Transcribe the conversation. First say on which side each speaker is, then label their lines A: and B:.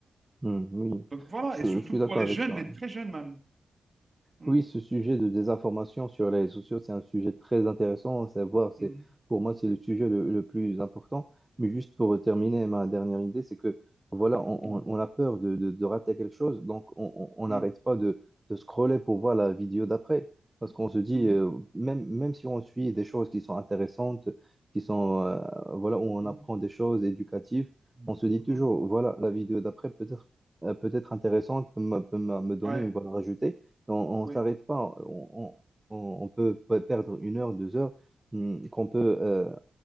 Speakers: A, on the right; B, on the right.
A: Hmm. Oui,
B: Donc voilà,
A: je,
B: et surtout
A: je suis
B: pour
A: d'accord
B: les
A: avec
B: jeunes,
A: toi.
B: les
A: hein.
B: très jeunes même. Mm,
A: Oui, ce sujet de désinformation sur les réseaux sociaux, c'est un sujet très intéressant à savoir. C'est,
B: mhm,
A: pour moi, c'est le sujet le, le plus important. Mais juste pour terminer, ma dernière idée, c'est que voilà,
B: mhm,
A: on, on- on a peur de, de- de rater quelque chose, donc on on- on
B: mhm,
A: n'arrête pas de, de scroller pour voir la vidéo d'après. Parce qu'on se dit,
B: mhm,
A: euh, même, même si on suit des choses qui sont intéressantes, qui sont, euh, voilà, où on
B: mhm,
A: apprend des choses éducatives,
B: mhm,
A: on se dit
B: mhm.
A: toujours, voilà, la vidéo d'après peut-être euh, peut-être intéressante, peut me peut me- me donner
B: Ouais,
A: une valeur ajoutée. On
B: ouais,
A: ne s'arrête pas. On, on- on peut perdre une heure, deux heures, hum, qu'on peut euh,